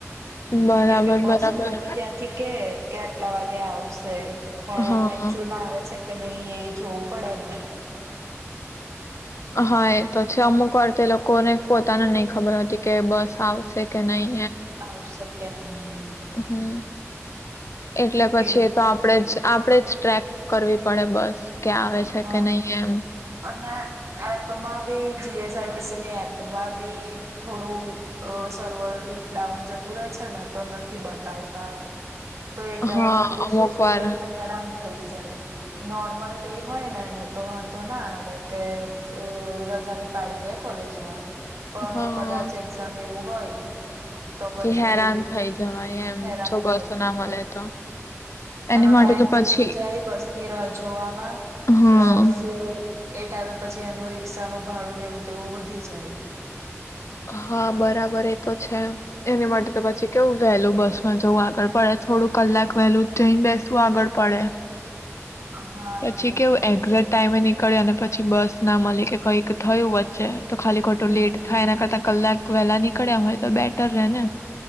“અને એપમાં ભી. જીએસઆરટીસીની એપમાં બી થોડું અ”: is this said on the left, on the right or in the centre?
Right